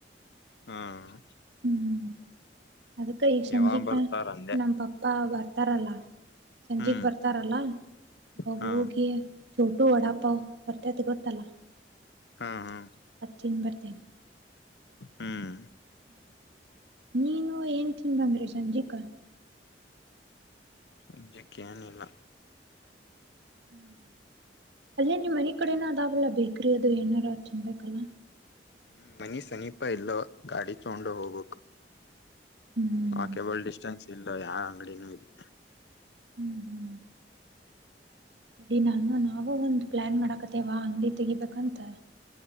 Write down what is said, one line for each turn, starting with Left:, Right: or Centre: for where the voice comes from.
Left: ಹಾ
Right: ಹ್ಮ್ ಅದಕ್ಕ ಈಗ ಸಂಜಿಕ
Left: ಯಾವಾಗ ಬರ್ತಾರ ಅಂದೆ
Right: ನಮ್ಮ ಪಪ್ಪಾ ಬರ್ತ ತರಲ ಸಂಜಿಗ್
Left: ಹ್ಮ್
Right: ಬರ್ತಾರಲ್ಲ ಅವಾಗ
Left: ಹಾ
Right: ಹೋಗಿ ಚೋಟು ವಡಾಪಾವ್ ಬರ್ತತಿಗೊತ್ತಲ್ಲ
Left: ಹಾ ಹಾ
Right: ಅದು ತಿಂದ ಭಾರತಿನಿ
Left: ಹ್ಮ್
Right: ನೀನು ಏನ್ ತಿನ್ ಬಂದ್ರಿ ಸಂಜಿಕ
Left: ಸಂಜಕ್ಕೆ ಏನಿಲ್ಲ
Right: ್ಮ ಅಲ್ಲೇ ನಿಮ್ಮ್ ಮನೆ ಕಡೆನ ಅದಾವಲ್ಲ ಬೇಕ್ರಿ ಅದು ಏನಾರ ತಿನ್ಬೇಕಲ್ಲ
Left: ಹ್ಮ್ ಮನಿ ಸಮೀಪ ಇಲ್ಲ ಗಾಡಿ ಚೊಂಡ ಹೋಗ್ಬೇಕಕ್ು
Right: ಹ್ಮ್
Left: ವಾಕ್ಯಬಲ್ ಡಿಸ್ಟೆನ್ಸ್ ಇಲ್ಲ ಯಾವ ಅಂಗಡಿನೂ ಇದೆ
Right: ಹ್ಮ್ ಹ್ಮ್ಡಿ ನಾನು ನಾವೂ ಒಂದ್ ಪ್ಲಾನ್ ಮಾಡಾಕತೇವಾ ಅಂಗಡಿ ತೆಗಿಬೇಕಂತ